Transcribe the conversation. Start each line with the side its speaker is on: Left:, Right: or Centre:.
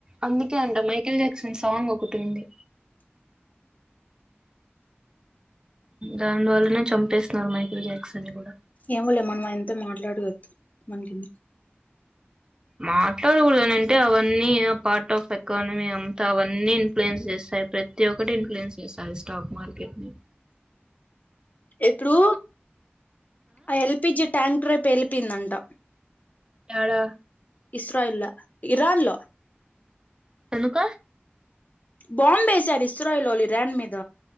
Right: అందుకే అంట మైకేల్ జాక్సన్ సాంగ్ ఒకటి ఉంది దానివల్లనే చంపేస్తున్నారు మైకిల్ జాక్సన్ కూడా
Left: ఏమోలే మనం అది అంత మాట్లాడవదు మన కెందుకు
Right: మాట్లాడకూడదన అంటే అవన్నీ ఆ పార్ట్ ఆఫ్ ఎకానమీ అంతా అవన్నీ ఇన్ఫ్లుయెన్స్ చేస్తాయి ప్రతి ఒక్కటి ఇన్ఫ్లుయెన్స్ చేస్తాయి స్టాక్ మార్కెట్ ని
Left: ఇప్పుడు ఆ ఎల్పిజి ట్యాంక్ ట్రె పేలిపిందంటా
Right: ఎడా
Left: ఇస్రాయల ఇరాన్ లో
Right: ఎందుకు
Left: బాంబ్ వేేశారు ఇస్రాయిల్లో ఇరాన్ మీద